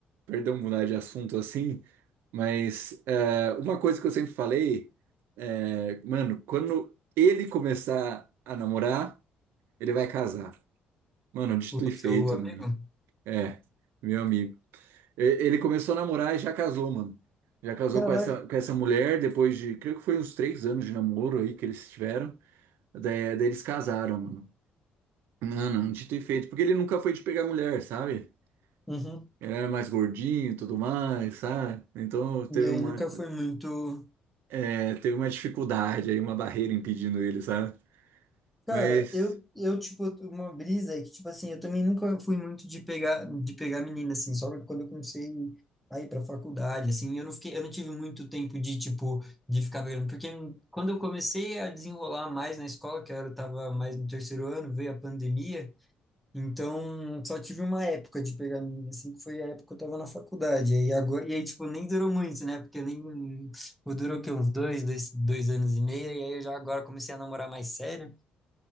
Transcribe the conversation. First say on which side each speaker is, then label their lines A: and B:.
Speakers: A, on the right (about 80°); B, in the centre.
A: perdão mudar de assunto assim, mas é, uma coisa que eu sempre falei é, mano, quando ele começar a namorar, ele vai casar. Mano, dito
B: O
A: e feito,
B: seu amigo?
A: mano. É, meu amigo. E- Ele começou a namorar e já casou, mano. Já casou
B: Caraca.
A: com essa, com essa mulher depois de, creio que foi uns três anos de namoro aí que eles tiveram. Daí, daí eles casaram, mano. Mano, dito e feito. Porque ele nunca foi de pegar mulher, sabe?
B: Uhum.
A: Ele era mais gordinho e tudo mais, sabe? Então teve
B: E aí
A: uma,
B: nunca foi muito.
A: É, teve uma dificuldade aí, uma barreira impedindo ele, sabe?
B: Cara,
A: Mas,
B: eu, eu, tipo, uma brisa é que, tipo assim, eu também nunca fui muito de pegar, de pegar menina, assim, só quando eu comecei a ir pra faculdade, assim, eu não fiquei, eu não tive muito tempo de, tipo, de ficar pegando, porque quando eu comecei a desenrolar mais na escola, que eu era, tava mais no terceiro ano, veio a pandemia, Então, só tive uma época de pegar milho, assim, que foi a época que eu tava na faculdade. aí agora, e aí, tipo, nem durou muito, né? Porque eu nem. Pô, Durou o quê? Uns dois, dois, dois anos e meio. E aí eu já agora comecei a namorar mais sério.